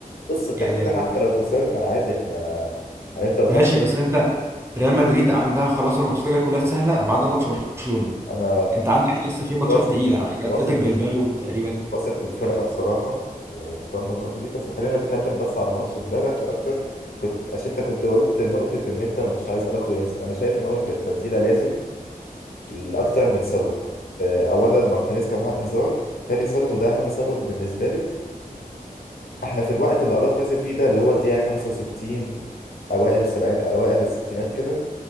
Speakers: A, on the left (about 80°); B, on the right (about 15°).
A: بص كده
B: يعني
A: كده
B: لو
A: حتى لو خسرنا عادي احنا هنفضل
B: ماشي
A: فرق
B: بس انت ريال مدريد عندها خلاص الماتشات الجايه كلها سهله ما عدا ماتش برشلونه
A: انا
B: انت عندك لسه في ماتشات
A: واثق
B: تقيله عندك اتلتيك
A: واثق
B: بالباو تقريبا
A: واثق في الفرقة
B: ف...
A: بصراحة ومطمن النقطة دي بس خلينا نتكلم بس عن ماتش امبارح أكتر كنت عشان أنت كنت قلت نقطة إن أنت مش عايز أراخو ينزل أنا شايف إن هو كانت تبديلة لازم لأكتر من سبب آه، أولا مارتينيز كان معاه إنذار تاني سبب وده أهم سبب بالنسبة لي إحنا في الوقت اللي أراخو نزل فيه ده اللي هو الدقيقة 65 أوائل السبعينات أوائل الستينات كده